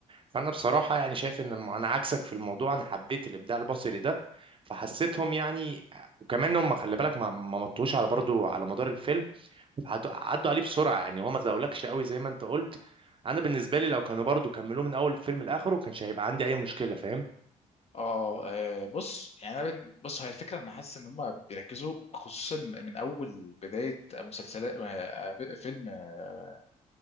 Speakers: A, on the right (about 30°); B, on the left (about 40°).
A: فأنا بصراحة يعني شايف إن الم- أنا عكسك في الموضوع أنا حبيت الإبداع البصري ده فحسيتهم يعني وكمان هم خلي بالك ما ما مطوش على برضه على مدار الفيلم عدوا عدوا عليه بسرعه يعني هو ما زاولكش قوي زي ما انت قلت انا بالنسبه لي لو كانوا برضو كملوه من اول الفيلم لاخره ما كانش هيبقى عندي اي مشكله فاهم
B: اه آه، بص يعني انا بن- بص هي الفكره انا حاسس ان هم بيركزوا خصوصا من اول بدايه مسلسلات آه، آه، فيلم آه،